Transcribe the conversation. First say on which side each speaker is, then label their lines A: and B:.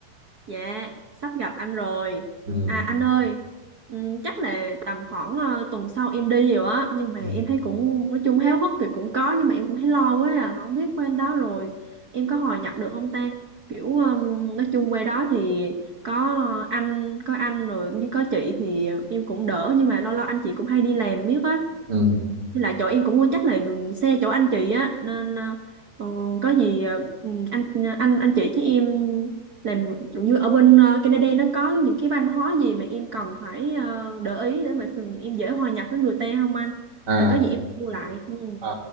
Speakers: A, on the right; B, on the right.
A: Dạ, sắp gặp anh rồi.
B: Ừ.
A: À anh ơi, ừm, chắc là tầm khoảng ờ, tuần sau em đi rồi á, nhưng mà
B: Ừ.
A: em thấy cũng nói chung háo hức thì cũng có nhưng mà em cũng thấy lo quá à, không biết bên đó rồi em có hòa nhập được không ta? Kiểu ừm, nói chung quê đó thì có anh, có anh rồi như có chị thì em cũng đỡ nhưng mà lâu lâu anh chị cũng hay đi làm biết á.
B: Ừ.
A: Với lại chỗ em cũng chắc là ngừng xe chỗ anh chị á nên ờ, ờ, có gì ờ, ừ, anh anh anh chị với em làm kiểu như ở bên ờ, Canada nó có những cái văn hóa gì mà em cần phải ờ, để ý để mà thường em dễ hòa nhập với người ta không anh?
B: À.
A: Để có gì em mua lại. Ừ.
B: À,